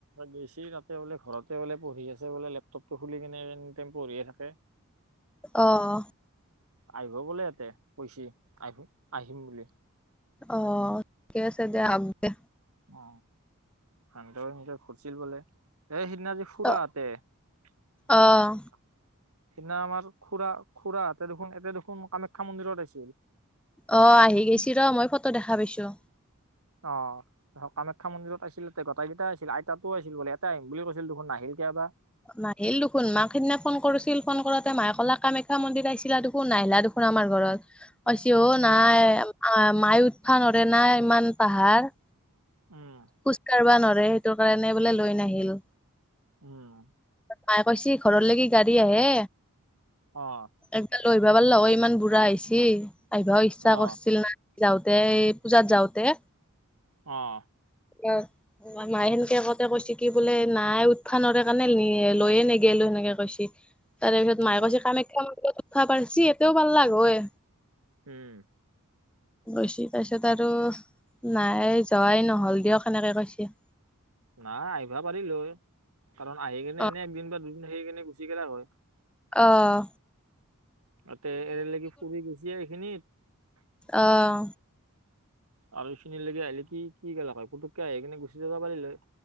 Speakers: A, on the right; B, in the centre.
A: গেছি তাতে বোলে ঘৰতে বোলে পঢ়ি আছে বোলে, লেপটপটো খুলি কিনে এ পঢ়িয়ে থাকে।
B: অঁ।
A: আহিব বোলে ইয়াতে কৈছি আহ - আহিম বুলি।
B: অ' ঠিকে আছে দে আহক দে।
A: অ সান্দ ঘুৰিছিল বোলে এ <inaudible> জি ফুৰাতে
B: অ',
A: <inaudible>
B: অ',
A: সেইদিনা আমাৰ খুডৰা - খুড় এতে দেখোন ইতে দেখোন কামাখ্যা মন্দিৰত আছিল।
B: অ' আহি গৈছ ৰ মই ফটো দেখা পাইছো।
A: অ' কামাখ্যা মন্দিৰত আছিল গোটেইকেইটা আছিল আইতাতো আছিল বোলে এটা আহিম বুলি কৈছিল দেখোন নাহিল। কেতিয়াবা।
B: নাহিল দেখোন, মাক সেইদিনা ফোন কৰিছিল ফোন কৰোতে মায়ে কলা কামাখ্যা মন্দিৰত আহিছিলা দেখোন, নাহিলা দেখোন। আমাৰ ঘৰত। কৈছে অ'
A: উম
B: নাই মায়ে উঠবা নোৱাৰে না ইমান পাহাৰ।
A: উম
B: খোজ কাঢ়বা নোৱাৰে, সেইটো কাৰণে বোলে লৈ নাহিল।
A: উম।
B: মায়ে কৈছে ঘৰলৈ কি গাড়ী আহে।
A: আহ।
B: একবাৰ লৈ আহিবা পাৰিলে হয়, ইমান বুঢ়া আহিচি আহিবা ইচ্ছা
A: অ
B: কৰিছিল না। যাওঁতে, পূজাত যাওঁতে।
A: আহ।
B: <inaudible> অ' মায়ে সেনেকে কওঁতে, কৈছে কি বোলে নাই উঠবা নোৱাৰে কাৰণে নি লৈয়ে নেগিলো সেনেকে কৈছে। তাৰে পিছত
A: অ
B: মায়ে কৈছে কামাখ্যা মন্দিৰত পাৰছি ইয়াতেও পাৰলাক হয়।
A: উম।
B: গৈছি তাৰ পাছত আৰু নাই, যোৱাই নহল দিয়ক। সেনেকে কৈছি।
A: নাই আহিবা পাৰিল হয়। কাৰণ আহি কেনে
B: অ'
A: এনে একদিন বা দুদিন আহি কেনে গুচি গেলাক হয়।
B: অঁ।
A: তাতে এৰেলেকি ফুৰি গেছি এইখিনিত।
B: আহ।
A: আৰু এইখিনি লৈকে আহিলে কি কি গেলা হয়, পুটুককে আহি কিনে গুচি যাবা পাৰিল হয়।